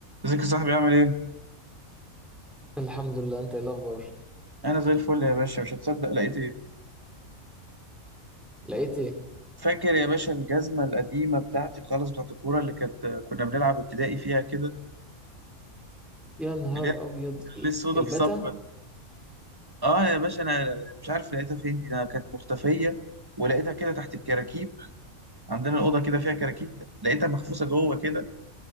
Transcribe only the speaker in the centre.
الحمد لله انت ايه الاخبار
لقيت ايه
يا نهار
ابيض
البتا